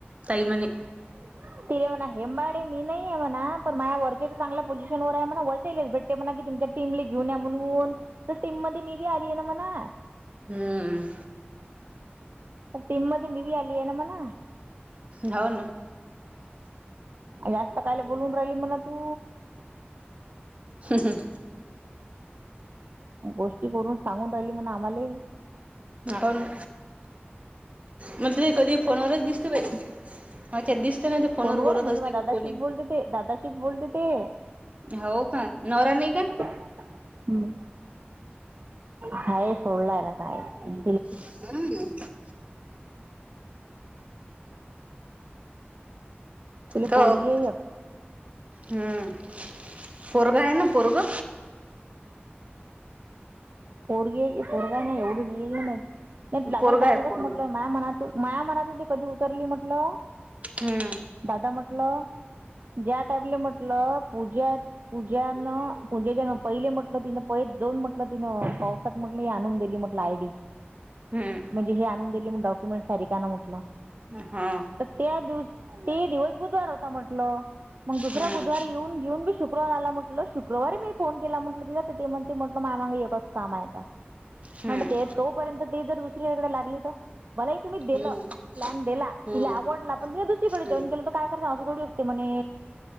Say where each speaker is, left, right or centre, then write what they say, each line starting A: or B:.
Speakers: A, on the right; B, on the right.
A: काही म्हणे.
B: <inaudible> तिले म्हणा हेंबाडे मी नाही आहे म्हणा पण माझ वरचे तर चांगल्या पोझिशन वर आहे म्हणा वरचेलेच भेट ते म्हणा की तुमच्या टीमले घेऊन या म्हणून तर टीम मध्ये मी बी आली आहे ना म्हणा.
A: हम्मम.
B: त्या टीम मध्ये मी बी आली आहे ना म्हणा.
A: हाव ना.
B: जास्त कायल बोलून राहिली म्हणा तू.
A: हम् हम.
B: गोष्टी करून सांगून राहिली म्हण आम्हाले.
A: हो ना म्हटले कधी फोनवरच दिसते बाई. माझ्यात दिसत ना ते. फोनवर
B: फोन वर
A: बोलत
B: म्हणजे
A: असते
B: म दादाशीच
A: की कोणी
B: बोलते ते दादाशीच बोलते ते.
A: हो का नवरा नाही का.
B: ह हाय सोडलाय र <unintelligible>
A: हम. <unintelligible>
B: तिले
A: त
B: पोरगी
A: ब
B: आहे एक
A: हम्म पोरग आहे ना पोरग.
B: पोरगी हाय की पोरग नाही एवढी <unintelligible> माय. त्यांच्या
A: पोरगा
B: दादाला
A: आहे
B: डायरेक्टच
A: पोरग
B: म्हटल मा्या मनातून माया मनातून ते कधी उतरली म्हटलं.
A: हम.
B: दादा म्हटलं ज्या टॅबले म्हटलंत. पूजा त पूजा न पूजेच्या ना पहिले म्हटलं तिनं पइच जाऊन म्हटलं तिनं पावसात म्हटलं ही आणून दिली म्हटलं आय डी.
A: हम्म.
B: म्हणजे हे आणून दिली म डॉक्युमेंट सारीका न म्हटलं.
A: हा.
B: तर त्या दिस ते दिवस बुधवार होता म्हटलं मग दुसरा
A: हम्म
B: बुधवार येऊन घेऊन बी शुक शुक्रवार आला म्हटल शुक्रवारी मी फोन केला म्हटल त ते म्हण ते म्हटलं माय माग एकच काम आहे का?
A: हम्म
B: म्हणत ते तोपर्यंत ते जर दुसरीयाकडे लागली तर मलाही तुम्ही दिलं
A: हम्म
B: प्लॅन दिला.
A: हम्म
B: तिला आवडला पण तिने दुसरीकडे
A: हम्म
B: जॉईन केलं तर काय कराच असं थोडी असते म्हणे.